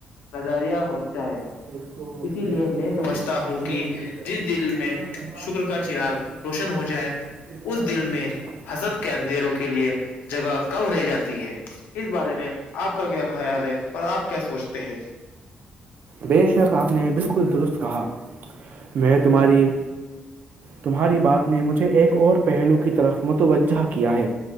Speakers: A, on the left; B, on the right.
A: نظارہ ہوتا ہے
B: <unintelligible>
A: اسی لیے میں سمجھتا ہوں کہ جس دل میں
B: <unintelligible>
A: شکر کا چراغ روشن ہو جائے اس دل میں حسد کے اندھیروں کے لیے جگہ کم رہ جاتی ہے اس بارے میں آپ کا کیا خیال ہے اور آپ کیا سوچتے ہیں
B: بے شک آپ نے بالکل درست کہا میں تمہاری تمہاری بات نے مجھے ایک اور پہلو کی طرف متوجہ کیا ہے